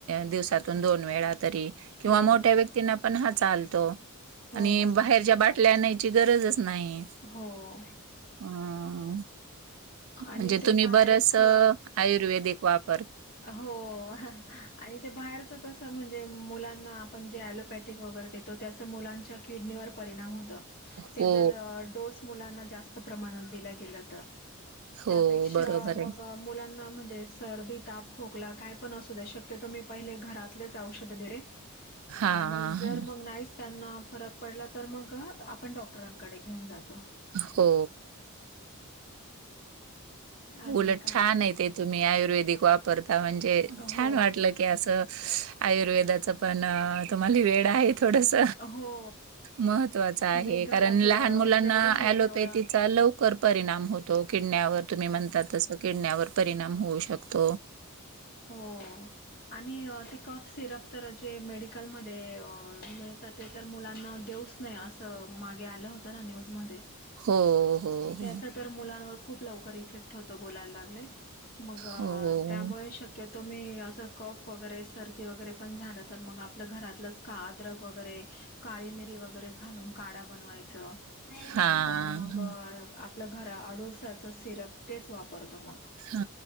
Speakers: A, on the right; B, on the left.
A: दिवसातून दोन वेळा तरी किंवा
B: हो
A: मोठ्या व्यक्तींना पण हा चालतो.
B: हो
A: आणि
B: हो
A: बाहेरच्या बाटल्या आणायची गरज नाहीय
B: हो
A: ह
B: आणि
A: म्हणजे
B: ते
A: तुम्ही
B: बाहेरच
A: बरस आयुर्वेदिक वापर
B: हो आणि ते बाहेरच कस म्हणजे जे मुलांना आपण जे एलोपॅथिक वगैरे देतो त्याच मुलांच्या किडनीवर परिणाम होतं
A: हो,
B: ते जर डोस मुलांना जास्त प्रमाणात दिलं गेलं तर
A: हो.
B: त्यापेक्षा
A: बरोबर आहे.
B: मग मुलांना म्हणजे सर्दी ताप खोकला काय पण असू दे शक्यतो मी पहिले घरातलेच औषध देते
A: हां,
B: आणि जर
A: हां.
B: मग नाही त्यांना फरक पडला तर मग आपण डॉक्टरांकडे घेऊन जातो.
A: हो.
B: अजून
A: उलट
B: का
A: छान ये ते तुम्ही आयुर्वेदिक वापरता. ता म्हणजे छान
B: हो
A: वाटलं की असं आयुर्वेदाचं पण तुम्हाला वेड आहे. थोडस
B: हो
A: महत्त्वाचं आहे
B: मी घरात
A: कारण लहान मुलांना
B: जेवढं होईल
A: अलोपॅथीचा
B: तेवढं
A: लवकर कर परिणाम होतो किडण्यावर तुम्ही म्हन तस किडण्यावर परिणाम होऊ शकतो.
B: हो आणि ते कप सिरप तर जे मेडिकलमध्ये अ मिळल ते तर मुलांना. च नाही अस मागे आलं होत ना न्यूज मध्ये
A: हो, हो, हो.
B: त्याच तर मुलांवर खूप लवकर इफेक्ट होतो बोलायला लागले. मग
A: हो.
B: त्यामुळे शक्यतो मी असं कफ वगैरे सर्दी वगैरे पण झालं तर मग आपलं घरातलंच का अद्रक वगैरे काळी मिरी वगैरे घालून काढा बनवायचं
A: हां.
B: नाहीतर मग आपल्या घरा आडुळसाचं सिरप तेच वापरतो मग.
A: ह